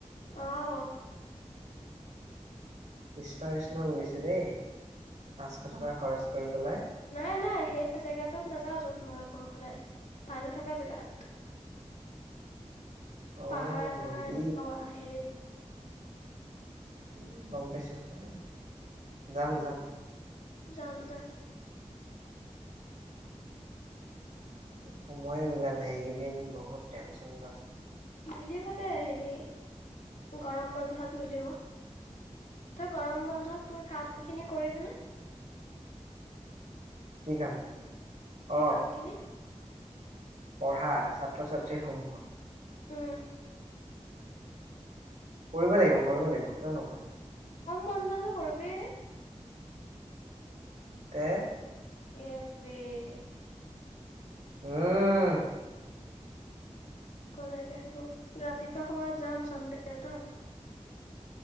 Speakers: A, on the left; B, on the right.
A: অ'হ।
B: কৃষ্ণ কৃষ্ণ বুলিছে দেই। পাঁচশ টকা খৰচ কৰি পেলাই
A: নাই-নাই সেই জেগাটোত নাযাও যত মই কওঁ সদায়, পানী থকা জেগাত।
B: অ
A: পাহাৰ চাহাৰ
B: নদী
A: আহ
B: এ, গম পাইছো, এ' যাম যাম।
A: যাম দে।
B: সময়ে মিলা নাই এইকেইদিন বহুত টেনচনতআছো।
A: মিলিবতে হেৰি গৰম বন ন্ধত মিলিব, তই গৰম বন্ধত তোৰ কাম খিনি কৰিবিনে?
B: কি কাম? অ
A: এই কামখিনি।
B: পঢ়াৰ, ছাত্ৰ ছাত্ৰীসমূহক
A: উম।
B: কৰিব লাগিব। কৰিব লাগিব। কিয় নকৰিম?
A: বন্ধতে কৰিবি
B: তে?
A: এহ বেহ
B: উম!
A: একো নাই দে শু, ৰাতিপুৱা সময়ত যাম চানডে এটাত।